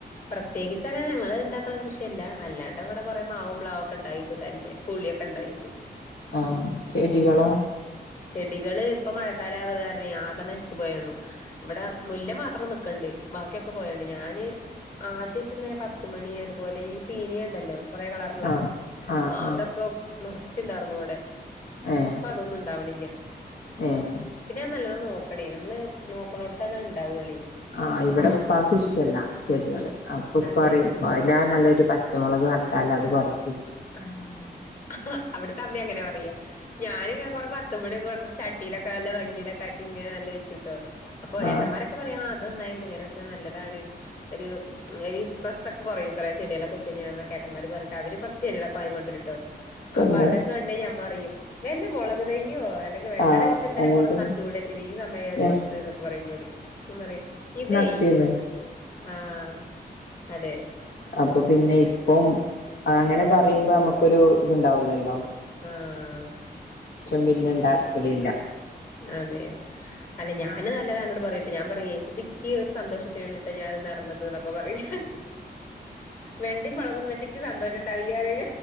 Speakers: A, on the left; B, on the left.
A: പ്ര ത്യേകിച്ചങ്ങനെ ഞങ്ങള്ണ്ടാക്ക്ണ കൃഷി അല്ല. അല്ലാണ്ഡവടെ കൊറേ മാവും പ്ലാവും ഒക്കെ ണ്ടായീണ്ട്. തന്നെ പുളി ഒക്കെണ്ടായീണ്ട്
B: ആഹ് ചെടികളോ
A: മ് ചെടികള് പ്പമഴ ക്കാലാവകാരണേ ആകെ നശിച്ച് പോയണ്ണു. ഇവടെ മുല്ല മാത്രം ന്ക്ക്ണ്ട്. ബാക്കിഒക്കെ പോയണ്ണു. ഞാന് ആദ്യൊക്കെ ങ്ങനെ പത്ത്മണി അതുപോലെ ഈ സീനിയണ്ടല്ലോ കൊറെേ കളറ്ള്ളെ
B: ആഹ് ആഹ്
A: അതൊക്കെ
B: ആഹ്
A: നെർച്ച്ണ്ടാർന്നു വടെ.
B: ഏഹ്
A: പ്പ അതൊന്നും ണ്ടാവ്ണില്ല.
B: ഏഹ്
A: പിന്നത് നല്ലോണ്ണം നോക്ക ക്കണേ നമ്മള് നോക്കണോടത്താണത്ണ്ടവൊള്ളേ
B: ആഹ് ഇവടെ ഇപ്പാക്ക് ഇഷ്ട്ടല്ല. ചെട്യാള് അപ്പൊ ഇപ്പറയും
A: അതെ
B: അയ്ലാറെ നല്ലത് ഒരു പച്ചമൊളക് നട്ടാലത് പറി
A: ആഹ് അവ്ട്ത്തെ അമ്മേം അങ്ങനേ പറയാ ഞാന്ങ്ങനെ കൊറേ പത്തുമണിക്കെ ചട്ടീലൊക്കെ നല്ല ഭംഗീലൊക്കാക്കി ങ്ങനെ നല്ല വെക്കൂട്ടോ അപ്പൊ ഏട്ടന്മാരൊക്കെ
B: ആഹ്
A: പറയാ തന്നായീണ്ട് ഇങ്ങനെ വെക്ക്ണെ നല്ലതാണ് ഒര് രി സ്‌ട്രെസ്സോക്കെ കൊറയുത്രേ ചെഡ്യാളൊക്കെവെച്ചയ്ഞ്ഞാ ഏട്ടന്മാരൊക്കെ പറഞ്ഞട്ട് അവര് കൊർ ച്ച് ചെടിയാളൊക്കെ വാങ്ങി കോണ്ട്രുട്ടോ
B: തന്നെ
A: അപ്പൊ അതൊക്കെ കണ്ടയ്ഞാ അമ്മ പറയും വല്ല മൊളക് തെയ്യോ അ ല്ലെങ്കി വെണ്ടടെ
B: ആഹ്
A: വിത്തോ എന്തിന
B: അങ്ങനെ
A: കൊണ്ട്
B: തന്നെ
A: നട്ടൂടെ ഈ സമയത്ത്ന്നക്കെ
B: ഞ
A: പറയുനൊട് അപ്പഞാ പറയും ഇതേ
B: ത്തിന
A: ആഹ് അതെ
B: അപ്പ പിന്നെയ് അപ്പം അങ്ങനെ പറയ്മ്പോ നമ്മക്കൊരു ത്ണ്ടാവൂലല്ലോ
A: ആഹ്
B: പിന്നെ ണ്ടാക്കലില്ല
A: അതെ അല്ല ഞാന് നല്ലതാ അങ്ങോട്ട പറയിട്ട് ഞാൻ പറയേ എതൊക്ക് ഒരു സന്തോഷത്തിന് വേണ്ടീയിട്ട് ഞാൻ ന്നൊക്കെ പറീം വെണ്ടീം മൊളക്കൊന്ന് വെച്ചക്ക് സന്തോഷണ്ടാവില്ലറീം